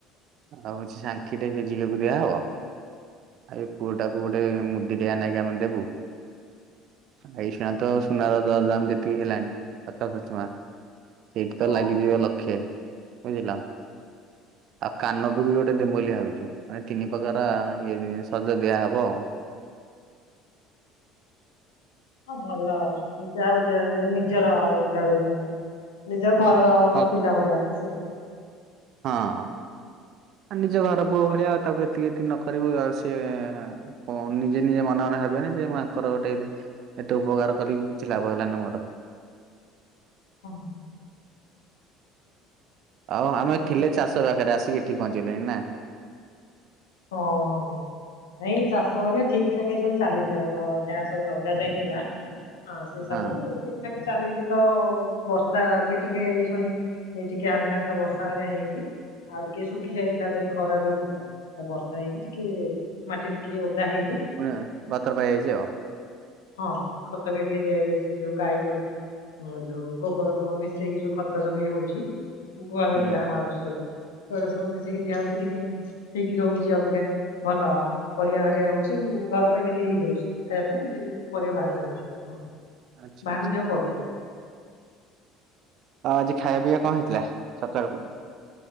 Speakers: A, on the right; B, on the left.
A: ଆଉ ହଉଛି ସାଙ୍ଖି ଟେ ସେ ଝିଅକୁ ଦିଆହବ। ଆଉ ଏ ପୁଅ ଟାକୁ ଗୋଟେ ମୁଦି ଟେ ଆ ନାଇଁ କି ଆମେ ଦେବୁ। ଏଇ ସୁୁଣା ତ ସୁନାର ଦର ଦାମ ଯେତିକି ହେଲଣି ହାତ ଚୁଚୁମା। ସେଇଠି ତ
B: ଓ
A: ଲାଗିଯିବ ଲକ୍ଷେ ବୁଝିଲ। ଆଉ କାନକୁ ବି ଗୋଟେ ଦେମୁ ବୋଲି ଭାବିଛୁ। ମାନେ ତିନି ପ୍ରକାର ଇଏ ସଜ ଦିଆହବ ଆଉ।
B: ହଁ ଭଲ ଆଉ ଯାଉ ଯାହେଲେ ନିଜର <unintelligible> ନିଜ ଘରର
A: କକ୍
B: ପିଲା ଭଳିଆ ନା ସେ।
A: ହଁ ନିଜ ଘର ପୁଅ ଭଳିଆ ଆଉ ତାକୁ ଏତିକି ଏତି ନ କରିବୁ ଆଉ ସିଏ। ହଁ ନିଜେ ନିଜେ ମନେ ମନେ ଭବିବେନି ଯେ ମୁଁ ୟାଙ୍କର ଗୋଟେବି ଏତେ ଉପକାର କଲି କିଛି ଲାଭ ହେଲାନି ମୋର।
B: ହଁ।
A: ଆଉ
B: ଠିକ
A: ଆମେ
B: ଅଛି
A: ଥିଲେ ଚାଷ ପାଖରେ ଆସି ଏଠିକି ପହଞ୍ଚି ଗଲେଣି ନା।
B: ହଁ ଆଉ ଏଇ ଚା ପରିବା ଠିକ ଠାକ ଏ ସବୁ ଚାଲିଛି ଆମର ଯାହା ସବୁ ଲଗା ଯାଇଥିଲା ସେ ସବୁ
A: ହଁ
B: ଠି ଏ କି ଚାଲିଚି ତ ବର୍ଷା ବି ଟିକେ ଏଇ ଶୁଣି। ଏ ଟିକେ ହାଲକା ହାଲକା ବର୍ଷା ହରିଆ ହେଇକି ଆଉ ଟିକେ ଶୁଖି ଯାଇଥିଲା ଏବେ ଏ ଖରା ଯୋଉ ହଉଥିଲା। ବର୍ଷା ହେଇକି ଟିକେ ମାଟି ଟିକେ ଓଦା ହେଇଚି।
A: ପୁଣିଆ ବାତର ପାଇଯାଇଚି ଆଉ।
B: ହଁ ଖତ ବି ଟିକେ ଦିଆ ହେଇଯାଇଚି ଯୋଉ ଗାଈ ଗୋରୁ। ହଁ ଯୋଉ ଗୋବର ଫୋବର ମିଶେଇକି ଯୋଉ ଖତ ସବୁ ଇଏ ହଉଚି। ଗୁହାଳୁରୁ
A: ହୁଁ।
B: ଯାହା ବାହାରୁଛି ସବୁ ସେଗୁଡା ସବୁ ମିଶିକି ଦିଆ ହଉଚି ଟିକେ ହେଇକି ରହୁଚି ଅବିକା। ଭଲ ଆଉ ପରିବା ହରିଆ ହଉଚି ଘର ପାଇଁ ଡେଲି ହେଇଯାଉଚି ଖାଇବା ପାଇଁ ଡେଲି। ପରିବା ବାହାରି ଯାଉଚି ଓ
A: ଆଚ୍ଛା
B: ବାହାରକୁ
A: ଆଚ୍ଛା
B: ଯିବାକୁ ପଡୁନି।
A: ଅ ଆଜି ଖାଇବା ପିଇବା କଣ ହେଇଥିଲା ସକାଳୁ?